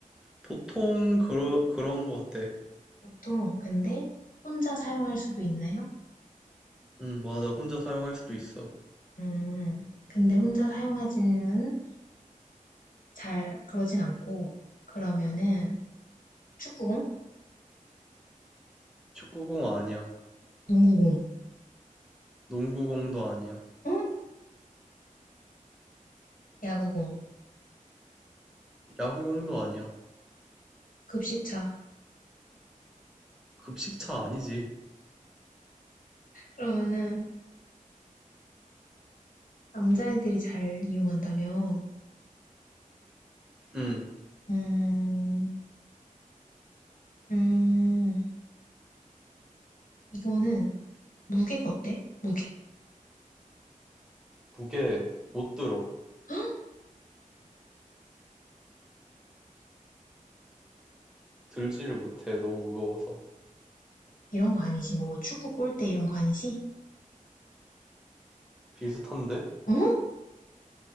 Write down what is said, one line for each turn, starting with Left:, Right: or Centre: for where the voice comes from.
Centre: 보통 그러, 그런 것 같아.
Left: 보통, 근데 혼자 사용할 수도 있나요?
Centre: 응 맞아. 혼자 사용할 수도 있어.
Left: 음, 근데 혼자 사용하지는 잘 그러진 않고 그러면은 축구공,
Centre: 축구공 아니야.
Left: 농구공,
Centre: 농구공도 아니야.
Left: 응? 야구공,
Centre: 야구공도 아니야.
Left: 급식차.
Centre: 급식차 아니지.
Left: 그러면은 남자애들이 잘 이용한다며.
Centre: 음,
Left: 음, 음, 이거는 무게가 어때? 무게.
Centre: 무게 못 들어.
Left: 어
Centre: 들지를 못해. 너무 무거워서.
Left: 이런 거 아니지. 뭐 축구 골대 이런 거 아니지?
Centre: 비슷한데?
Left: 어?